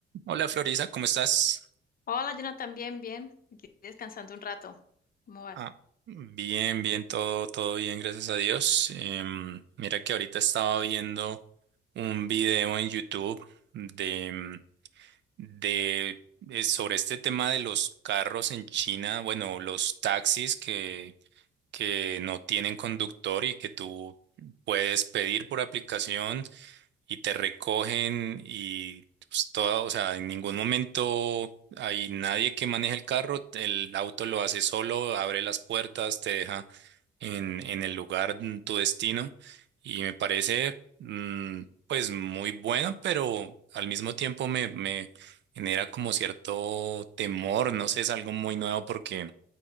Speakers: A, on the right; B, on the left.
A: Hola Florisa, ¿cómo estás?
B: Hola, Jonathan, bien, bien. Aquí descansando un rato. ¿Cómo vas?
A: Ah, bien, bien, todo, todo bien, gracias a Dios. Em, mira que ahorita estaba viendo un video en YouTube de, em, de eh, sobre este tema de los carros en China, bueno, los taxis que, que no tienen conductor y que tú puedes pedir por aplicación y te recogen y pues, toda, o sea, en ningún momento hay nadie que maneje el carro, el auto lo hace solo, abre las puertas, te deja en, en el lugar, mm, tu destino y me parece mm, pues muy bueno, pero al mismo tiempo me, me genera como cierto temor, no sé, es algo muy nuevo porque...